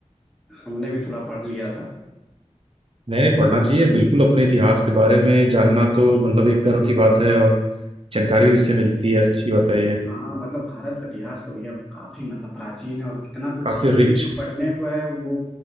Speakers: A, in the centre; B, on the right.
A: हमने भी थोड़ा पढ़ लिया था
B: नहीं नहीं पढ़ना चाहिए बिल्कुल अपने इतिहास के बारे में जानना तो मतलब एक गर्व की बात है और जानकारी भी इससे मिलती है अच्छी बात है ये
A: हाँ मतलब भारत का इतिहास तो भैया काफी मतलब प्राचीन है और कितना कुछ
B: काफी
A: सीखने
B: रिच
A: को पढ़ने को है वो